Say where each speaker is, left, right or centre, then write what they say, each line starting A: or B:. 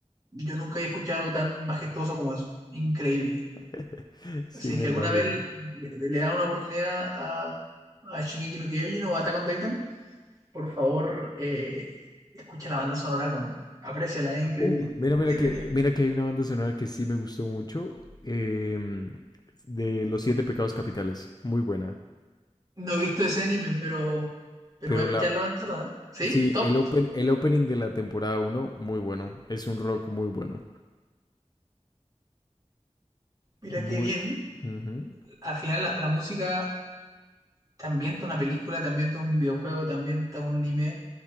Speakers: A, on the right; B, on the left.
A: yo nunca he escuchado algo tan majestuoso como eso. Increíble.
B: <laughs> Sí,
A: Si
B: me
A: es que
B: imagino.
A: alguna vez le, le da una oportunidad a, a Shingeki no Kyojin o Attack on Titan, por favor, eh, escucha la banda sonora con... Apréciala, es increíble.
B: Uh, mira, mira
A: diez
B: que,
A: de diez
B: mira que hay una banda sonora que sí me gustó mucho. em, de Los Siete Pecados Capitales. Muy buena.
A: No he visto ese anime, pero, pero
B: Pero
A: voy a escuchar
B: la,
A: la banda sonora. ¿Sí?
B: Sí,
A: Top.
B: el open, el opening de la temporada uno, muy bueno. Es un rock muy bueno.
A: Mira
B: Muy.
A: qué bien.
B: Ujú,
A: Al final la, la música también ambienta una película, también ambienta un videojuego, también ambienta un anime.